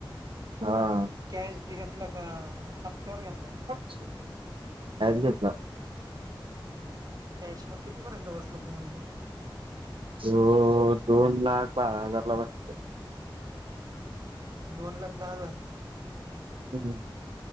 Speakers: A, on the right (about 80°); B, on the right (about 50°).
A: हां
B: कॅशन, घेतलां कां हप्त्यांवर घेतलां
A: कॅश घेतलां
B: कॅश मंग कितीपर्यंत बसलां तुम्हांला तो
A: तो दोन लाख बारा हजांर लां बसलां
B: दोन लाख दहा हजांर
A: हां